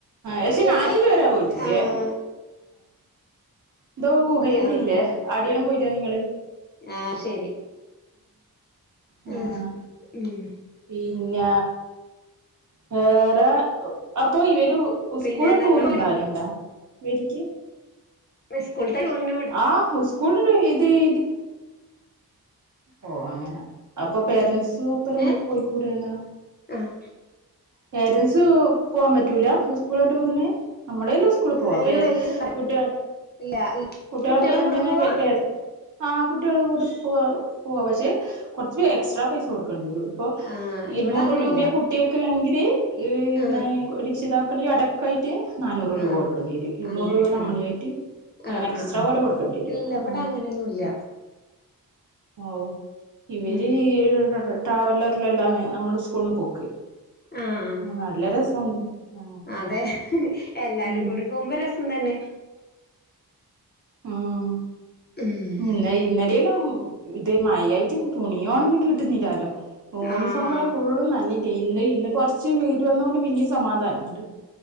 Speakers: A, on the right; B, on the left.
A: പക്ഷെ
B: ഇല്ല
A: ഞാനിത് വരാ പോയിട്ടില്ലേ
B: ആഹ്
A: ന്തോ ഗുഹയല്ല
B: ആഹ്
A: ഇല്ലേ അടിയെല്ലും പോയിട്ട നിങ്ങള്
B: ആഹ് ശരി
A: ആ ആ
B: ആഹ് ഉം
A: പിന്നെ വെറെ അപ്പോ ഇവര്
B: പിന്നെ
A: സ്കൂള്
B: ഞങ്ങള്
A: ടൂർ ണ്ടാല്ണ്ടോ ഇവരിക്ക്
B: സ്കൂൾത്തെ ട്യൂർന്നും
A: ആ സ്ക്കുൾ ഇത് ഈ ഓഹ് അങ്ങനെ അപ്പോ പേരന്റ്സ് ഒപ്പരം
B: ഏഹ്
A: പോയിക്കൂടെ അങ്ങനെ
B: ആഹ്
A: പേരൻറ്സ് പോവാൻ പറ്റൂല സ്ക്കുൾ ടുറിന് നമ്മളല്ല സ്കൂള് പോവാത്ത
B: അയിന് വെല്ല്യത്ണ്ടോ
A: കുട്ടി
B: ഇല്ല
A: കുട്ട്യള്
B: കുട്ടികളെ
A: പ്പ ങ്ങന്തന്നെ
B: കൂടെ പോവാ
A: <unintelligible> ആഹ കുട്ടിള കൂടെ പോ പോവാ, പക്ഷെ കൊറച്ച് എക്സ്ട്രാ പൈസ കൊടുക്കണ്ടിരും പ്പോ
B: ആഹ്
A: ഇരുന്നൂറ്
B: ഇവിടെ അങ്ങനെല്ല
A: രൂപയാ കുട്ടിയക്കെങ്കില് യ്
B: ആഹ്
A: ന്ന് രക്ഷിതാക്കളടക്ക ഒക്ക ആയിട്ട് നാനൂറ് രൂപ
B: ആഹ്
A: കൊടുക്കേണ്ടി വരും ഇരുന്നൂറ്
B: അങ്ങനെ
A: രൂപ നമ്മളിയായിട്ട്
B: ആഹ്
A: അങ്ങനെ
B: ആഹ്
A: എക്സ്ട്രാ
B: ആഹ് ആഹ്
A: പോലെ കൊടുക്കേണ്ടി വരും
B: ഇല്ല
A: ആ
B: ഇവിടെ അങ്ങനെയൊന്നുല്ല
A: ഓ ഇവര്
B: ഉം
A: ട്രാവലറിലെല്ലന്ന് നമ്മൾ സ്കൂളന്ന് പോക്ക്
B: ആഹ്
A: നല്ല രസാണ് ആ
B: അതെ എല്ലാരും
A: ഉം
B: കൂടി പോകുമ്പോ രസം തന്നെ
A: ഉം
B: ഉം
A: ഇന്ന ഇന്നലെല്ലാം ഇത് മഴായിട്ട് തുണിയണങ്ങി കിട്ടുന്നില്ലാലോ യൂണിഫോം
B: ആഹ്
A: ഫുള്ളും നഞ്ഞിട്ടെ ഇന്ന് ഇന്ന് കൊറച്ച്‌ വെയ്ൽ വന്നൊണ്ട് പിന്നെയും സമാധാനംണ്ട്